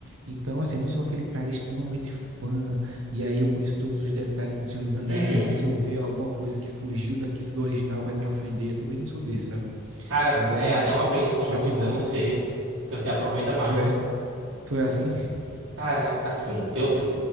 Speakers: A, on the right; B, on the right.
A: Então, assim, eu não sou aquele cara extremamente fã, e aí eu conheço todos os detalhes de Senhor dos Anéis,
B: uhum.
A: e se eu ver alguma coisa que fugiu daquilo do original vai me ofender, eu também não sou desse, sabe?
B: Cara,
A: Agora,
B: é até uma bênção
A: bate
B: e você
A: e volta,
B: não
A: eu
B: ser,
A: assisto.
B: porque você aproveita mais.
A: Tu é? Tu é assim?
B: Cara, assim, eu,